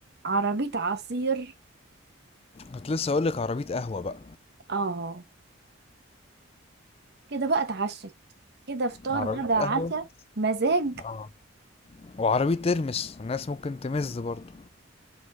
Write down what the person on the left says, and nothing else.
كنت لسه اقول لك عربيه قهوه بقى
عربيه
قهوه
اه وعربيه ترمس الناس ممكن تمز برضه